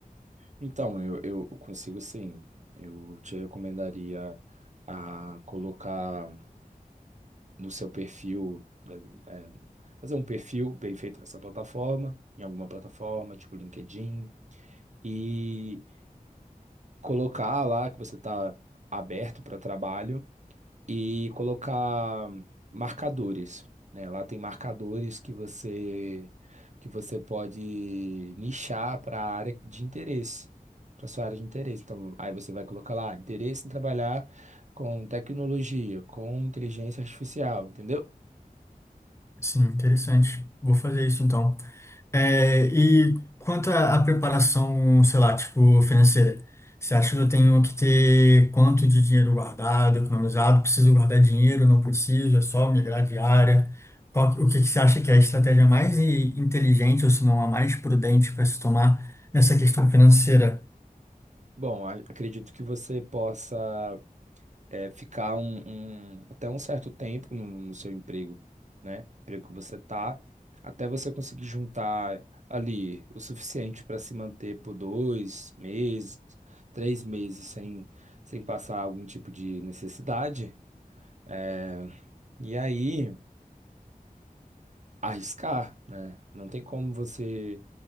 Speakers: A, on the right; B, on the left.
A: Então, eu, eu consigo sim. Eu te recomendaria a colocar no seu perfil, eh, eh, fazer um perfil bem feito nessa plataforma, em alguma plataforma, tipo LinkedIn, e colocar lá que você está aberto para trabalho e colocar marcadores, né? Lá tem marcadores que você que você pode nichar para a área de interesse, para sua área de interesse. Então, aí você vai colocar lá interesse em trabalhar com tecnologia, com inteligência artificial, entendeu?
B: Sim, interessante. Vou fazer isso então. É, e quanto à à preparação, sei lá, tipo, financeira, você acha que eu tenho que ter quanto de dinheiro guardado, economizado? Preciso guardar dinheiro? Não preciso? É só migrar de área? Qual, o que que você acha que é a estratégia mais i- inteligente, ou se não a mais prudente para se tomar nessa questão financeira?
A: Bom, a- acredito que você possa é, ficar um, um- até um certo tempo no, no seu emprego, né? Emprego que você tá, até você conseguir juntar ali o suficiente para se manter por dois meses, três meses sem, sem passar algum tipo de necessidade. É, e aí, arriscar, né? Não tem como você